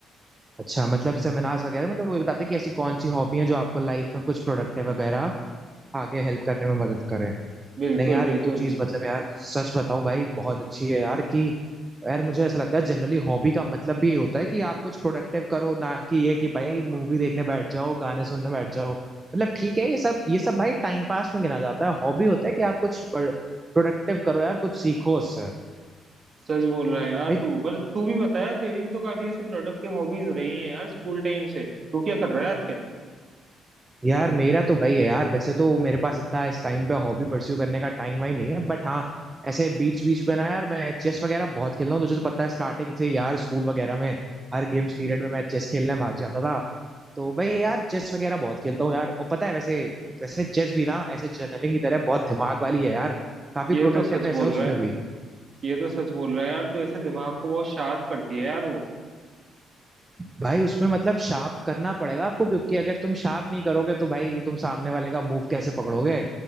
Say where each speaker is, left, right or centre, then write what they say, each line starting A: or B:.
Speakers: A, on the right; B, on the right.
A: अच्छा मतलब सेमिनार्स वगैरह मतलब वो बताते हैं कि ऐसी कौन सी हॉबी हैं जो आपको लाइफ में कुछ प्रोडक्टिव वगैरह आगे हेल्प करने में मदद करें
B: बिल्कुल
A: नहीं यार
B: बिल्कुल
A: ये तो चीज मतलब यार सच बताऊं भाई बहुत अच्छी है यार कि यार मुझे ऐसा लगता है जनरली हॉबी का मतलब भी ये होता है कि आप कुछ प्रोडक्टिव करो ना कि ये कि भाई मूवी देखने बैठ जाओ गाने सुनने बैठ जाओ मतलब ठीक है ये सब ये सब भाई टाइम पास में गिना जाता है हॉबी होता है कि आप कुछ प्रोडक्टिव करो यार कुछ सीखो उससे
B: सच बोल रहा है यार
A: भाई
B: तू पर तू भी बताया तेरी भी तो काफी ऐसी प्रोडक्टिव हॉबीज रही हैं यार स्कूल टाइम से तू क्या कर रहा है आजकल
A: यार मेरा तो वही है यार वैसे तो मेरे पास इतना इस टाइम पे हॉबी परस्यू करने का टाइम वाइम नहीं है बट हाँ ऐसे बीच बीच में ना यार मैं चेस वगैरह बहुत खेलता हूँ तुझे तो पता है स्टार्टिंग से यार स्कूल वगैरह में हर गेम्स पीरियड में मैं चेस खेलने भाग जाता था तो वही है यार चेस वगैरह बहुत खेलता हूँ यार और पता है वैसे वैसे चेस भी ना ऐसे जर्नलिंग की तरह बहुत दिमाग वाली है यार काफी
B: ये
A: प्रोडक्टिवनेस
B: तो सच बोल
A: है उसमें
B: रहा है
A: भी
B: ये तो सच बोल रहा है यार तू ऐसे दिमाग को बहुत शार्प करती है यार वो
A: भाई उसमें मतलब शार्प करना पड़ेगा आपको क्योंकि अगर तुम शार्प नहीं करोगे तो भाई तुम सामने वाले का मूव कैसे पकड़ोगे